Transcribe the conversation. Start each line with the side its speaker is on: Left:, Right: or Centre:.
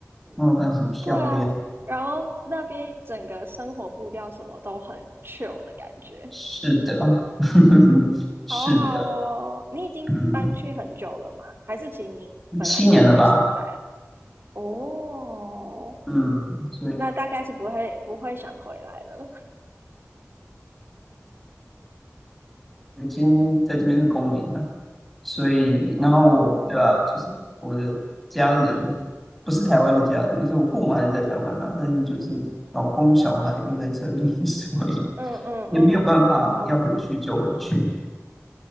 Centre: 墨尔本很漂亮。
Right: 对啊，然后那边整个生活步调什么都很 chill 的感觉，
Centre: 是的，<laughs> 是的，
Right: 好好哦。你已经搬去很久了吗？
Centre: 嗯，
Right: 还是其实你本来就都是在？
Centre: 七年了吧，
Right: 哦，
Centre: 嗯，所以
Right: 那大概是不会不会想回来了。
Centre: 我已经在这边是公民了。所以，然后我，
Right: 哦，
Centre: 对啊，就是我的家人不是台湾的家人，就是我父母还是在台湾啦、但是就是老公小孩都在这里，<laughs> 所以
Right: 嗯嗯嗯，
Centre: 也没有办法，
Right: 好
Centre: 要回去就回去。